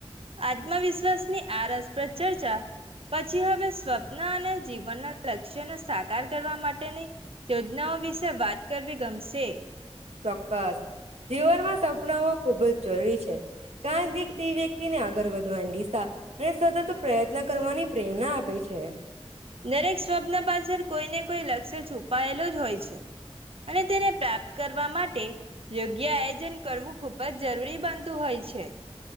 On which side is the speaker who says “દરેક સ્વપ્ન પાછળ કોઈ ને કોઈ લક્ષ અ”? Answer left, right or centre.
Right